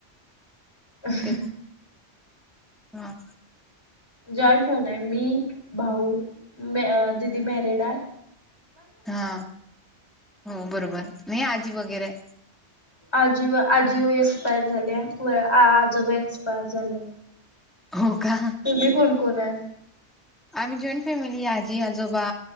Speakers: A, on the left; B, in the centre.
A: ह <unintelligible>
B: ते हा
A: जॉईट फॅमिली मी भाऊ मॅ दीदी मॅरिडाम
B: हा हो बरोबर नाही आजी वगैरे
A: आजीव आजीव एक्सपायर झाल्या व आजोबा एक्सपायर झाल्यात.
B: हो का
A: तुम्ही कोण कोण आहेत.
B: आम्ही जॉईंट फॅमिली आजी आजोबा,